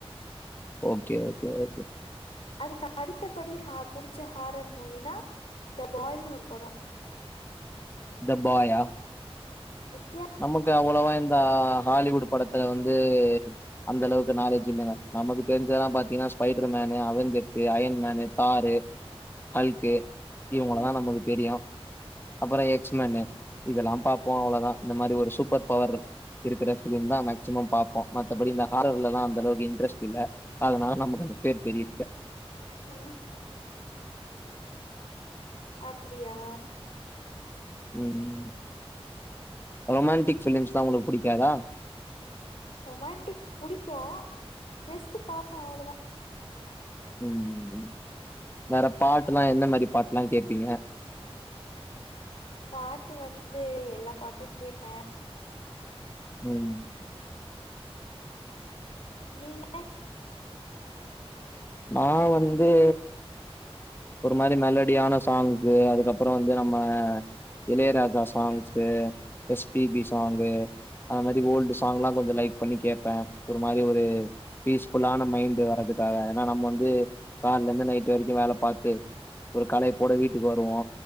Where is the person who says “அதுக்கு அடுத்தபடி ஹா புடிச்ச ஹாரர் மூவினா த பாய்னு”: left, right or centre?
Left